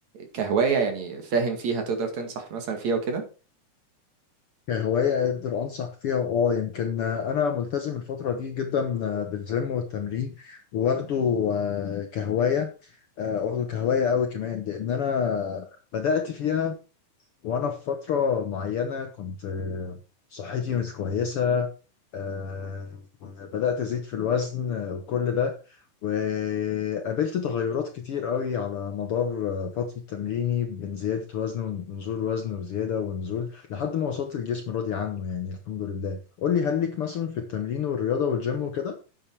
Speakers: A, on the right; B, on the left.
A: كهوايه يعني فاهم فيها تقدر تنصح مثلا فيها وكده
B: كهواية أقدر أنصح فيها أه يمكن أنا ملتزم الفترة دي جدا بالجيم والتمرين واخده آه، كهواية آه، واخده كهواية أوي كمان لأن أنا بدأت فيها وأنا في فترة معينة كنت آه، صحتي مش كويسة آه، بدأت أزيد في الوزن آه، وكل ده وقابلت تغيرات كتير قوي على مدار آه، فترة تمريني بين زيادة وزن ونزول وزن وزيادة ونزول لحد ما وصلت الجسم راضي عنه يعني الحمد لله قول لي هل ليك مثلا في التمرين والرياضة والجيم وكده؟